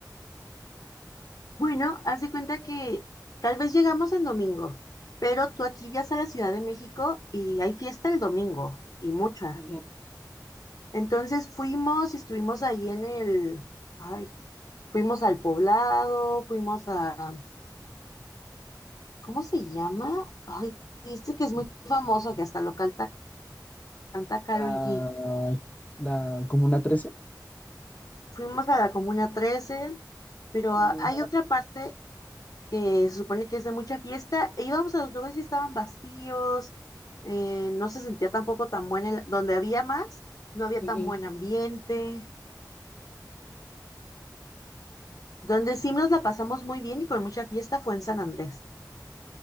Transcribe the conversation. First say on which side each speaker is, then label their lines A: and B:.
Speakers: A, on the left (about 55°); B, on the left (about 20°).
A: Bueno, haz de cuenta que tal vez llegamos en domingo, pero tú aquí viajas a la Ciudad de México y hay fiesta el domingo, y mucha.
B: Ujú,
A: Entonces fuimos y estuvimos ahí en el, ay, fuimos al Poblado, fuimos a, ¿cómo se llama? Ay, este que es muy famoso, que hasta local canta Karol
B: La,
A: G.
B: la Comuna trece
A: Fuimos a la Comuna Trece, pero
B: ujú,
A: ah, hay otra parte que se supone que es de mucha fiesta, e íbamos a los lugares y estaban vacíos, eh, no se sentía tampoco tan buena, el- donde había más, no había
B: ujú.
A: tan buen ambiente, donde sí nos la pasamos muy bien y con mucha fiesta fue en San Andrés.